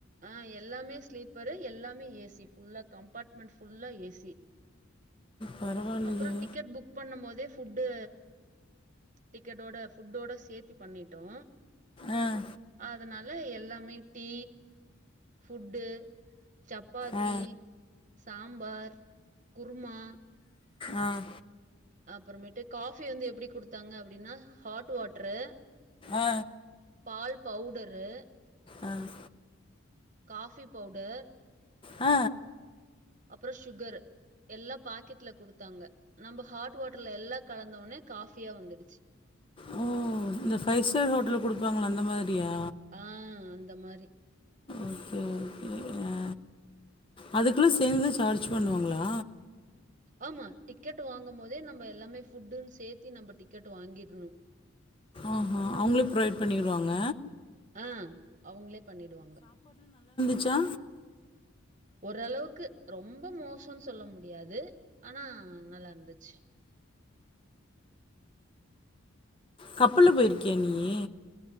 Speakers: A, on the right; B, on the left.
A: ஆஹ எல்லாமே ஸ்லீப்பரு எல்லாமே ஏசி புல்லா கம்பார்ட்மெண்ட் புல்லா ஏசி
B: பரவாயில்லையே.
A: அப்றோம் டிக்கெட் புக் பண்ணும் போதே ஃபுட்டு டிக்கெட்டோட ஃபுட்டோட சேர்த்தி பண்ணிட்டோம்
B: ஆஹ்
A: அதனால எல்லாமே டீ ஃபுட்டு சப்பாத்தி
B: ஆ,
A: சாம்பார் குருமா
B: ஆஹ்
A: அப்றமேட்டு காபி வந்து எப்டி குடுத்தாங்க அப்டின்னா ஹாட் வாட்ரு
B: ஆ,
A: பால் பவுடரு
B: ஆஹ்
A: காபி பவுடர்
B: ஆ
A: அப்றோ ஷுகர் எல்லா பாக்கெட்ல குடுத்தாங்க நம்ப ஹாட் வாட்டர்ல எல்லா கலந்தோனே காஃபியா வந்துடு ச்சு
B: ஓ இந்த ஃபை ஸ்டார் ஹோட்டல்ல குடுப்பாங்கல அந்த மாதிரியா
A: ஆ அந்த மாரி
B: ஓகே ஓகே ஆ அதுக்குள்ளா சேந்து சார்ஜ் பண்ணுவாங்ளா
A: ஆமா டிக்கெட் வாங்கும் போதே நம்ப எல்லாமே ஃபுட்டுன் சேத்தி நம்ப டிக்கெட் வாங்கிருனு
B: ஓஹோ அவுங்களே ப்ரொவைட் பண்ணிருவாங்க
A: ஆ அவங்ளே பண்ணிடுவாங்க
B: ச்சா
A: ஓரளவுக்கு ரொம்ப மோசொன் சொல்ல முடியாது ஆனா நல்லாருந்துச்சு
B: கப்பல்ல போயிருக்கியா நீயி?